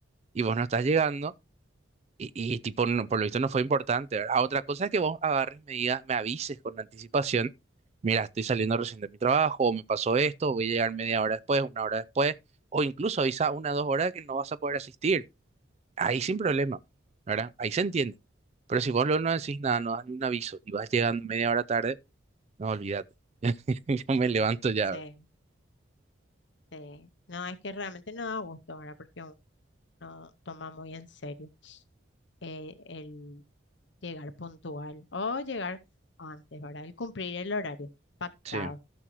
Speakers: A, on the right; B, on the left.
A: y vos no estás llegando y, y tipo, no- por lo visto no fue importante, ¿verdad? Ah, Otra cosa es que vos agarres medidas, me avises con anticipación, mira, estoy saliendo recién de mi trabajo, o me pasó esto, voy a llegar media hora después, una hora después, o incluso avisa una o dos horas que no vas a poder asistir ahí sin problema, ¿verdad? Ahí se entiende. Pero si vos luego no decís nada, no das ni un aviso y vas llegando media hora tarde, no, olvídate. <laughs> Yo me
B: Mm,
A: levanto ya,
B: sí,
A: ¿verdad?
B: sí. No, es que realmente no da gusto, ¿verdad? Porque uno no toma muy en serio. eh, el llegar puntual o llegar antes, ¿verdad? El cumplir el horario pactado.
A: Sí.